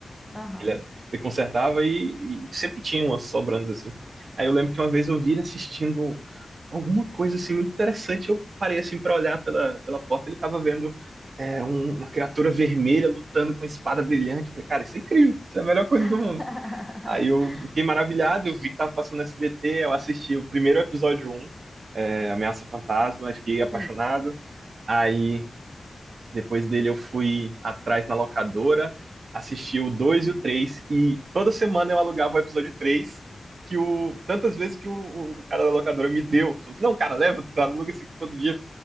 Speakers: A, in the centre; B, on the right.
A: Aham.
B: Ele, era- ele consertava e, e sempre tinha umas sobrantes assim. Aí eu lembro que uma vez eu vi ele assistindo alguma coisa assim muito interessante. Eu parei assim para olhar pela, pela porta, ele tava vendo é, um- uma criatura vermelha lutando com espada brilhante. Eu falei, cara, isso é incrível, isso é a melhor coisa
A: <laughs>
B: do mundo. Aí eu fiquei maravilhado, eu vi que tava passando no SBT, eu assisti o primeiro episódio um é, Ameaça Fantasma, fiquei
A: Sim.
B: apaixonado. Aí depois dele eu fui atrás na locadora, assisti o 2 e o 3 e toda semana eu alugava o episódio 3 que o tantas vezes que o, o cara da locadora me deu. Falou assim, não, cara, leva, tu aluga esse aqui todo dia.